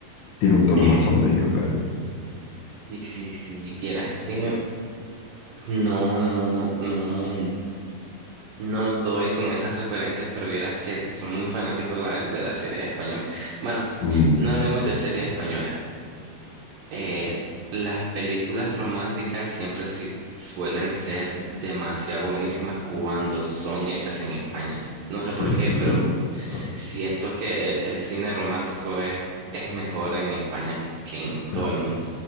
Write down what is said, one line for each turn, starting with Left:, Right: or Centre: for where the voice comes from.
Left: Tiene un tono
Right: Eh,
Left: más sombrío, claro.
Right: sí, sí, sí, vieras que no, no, no, no, no doy con esas referencias, pero vieras que soy muy fanático la- de la serie española. Bueno,
Left: Mm,
Right: no hablemos de series españolas. Eh, las películas románticas siempre si- suelen ser demasiado buenísimas cuando son hechas en España. No sé
Left: sí,
Right: por qué,
Left: ¿tú
Right: pero
Left: crees?
Right: siento
Left: Ah,
Right: que el, el cine romántico es, es mejor en España que en
Left: yo creo.
Right: todo el mundo.